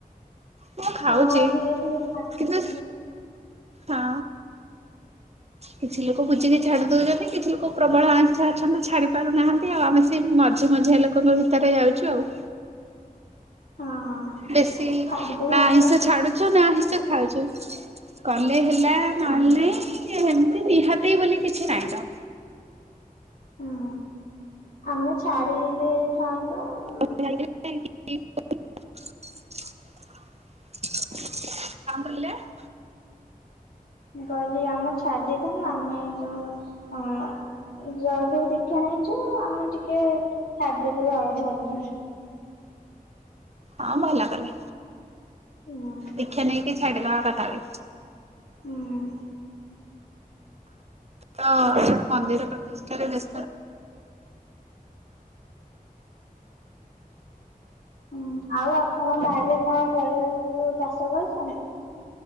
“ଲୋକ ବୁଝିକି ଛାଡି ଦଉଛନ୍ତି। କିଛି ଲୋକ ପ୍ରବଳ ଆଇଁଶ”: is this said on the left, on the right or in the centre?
Right